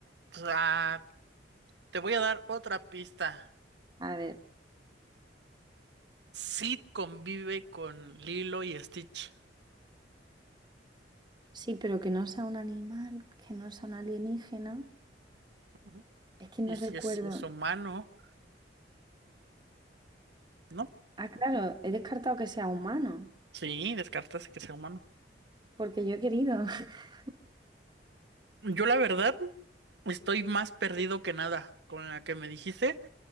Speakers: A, on the right; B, on the right.
A: Pues, ah, te voy a dar otra pista.
B: A ver,
A: Sid convive con Lilo y Stitch.
B: sí, pero que no sea un animal, que no sea un alienígena.
A: Ujú.
B: Es que
A: Y
B: no
A: si
B: recuerdo.
A: es, si es humano, ¿no?
B: Ah, claro, he descartado que sea humano,
A: Sí, descartas que sea humano.
B: porque yo he querido. <laughs>
A: Yo la verdad estoy más perdido que nada con la que me dijiste,